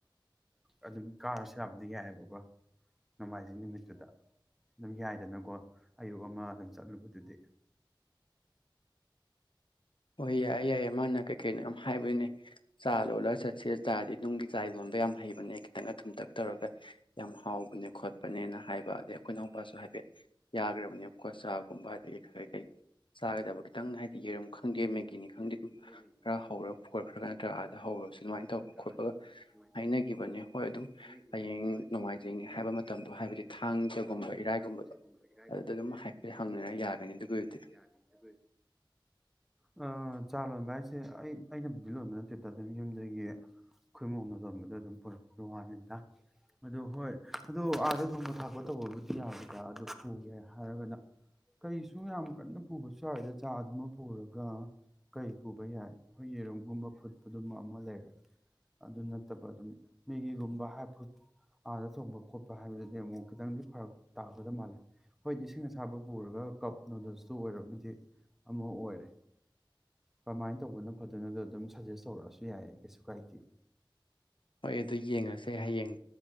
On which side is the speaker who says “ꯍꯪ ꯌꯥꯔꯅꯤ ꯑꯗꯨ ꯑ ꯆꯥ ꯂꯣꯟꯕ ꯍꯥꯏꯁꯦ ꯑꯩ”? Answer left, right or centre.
Centre